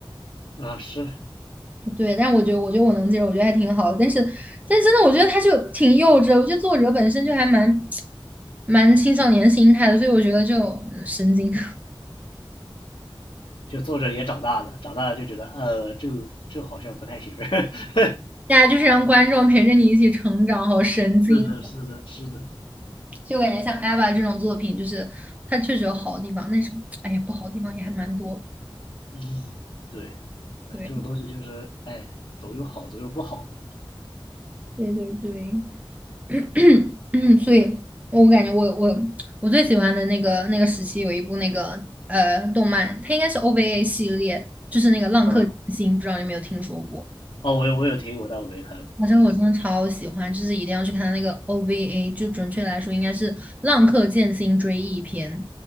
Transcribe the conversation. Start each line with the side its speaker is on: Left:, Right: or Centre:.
Left: 啊是，
Right: 对，但是我觉得，我觉得我能接受，我觉得还挺好的。但是，但是真的，我觉得他就挺幼稚的。我觉得作者本身就还蛮蛮青少年心态的，所以我觉得就嗯神经。<laughs>
Left: 就作者也长大了，长大了就觉得呃这个这个好像不太行。<laughs>
Right: 大家就是让观众陪着你一起成长，好神经。
Left: 是的，是的，是的，
Right: 就感觉像《艾娃》这种作品，就是它确实有好的地方，但是哎呀，不好的地方也还蛮多。
Left: 嗯，对，啊这种东西就是哎，
Right: 对，
Left: 总有好，总有不好了，
Right: 对对对。<clears throat> 嗯，所以我感觉我我我最喜欢的那个那个时期有一部那个呃动漫，它应该是 OVA 系列，就是那个《浪客剑心》，
Left: 啊，
Right: 不知道你有没有听说过？
Left: 哦，我有我有听过，但我没看过。
Right: 啊，这个我真的超喜欢，
Left: 对，
Right: 就是一定要去看它那个 OVA，就准确来说应该是《浪客剑心追忆篇》，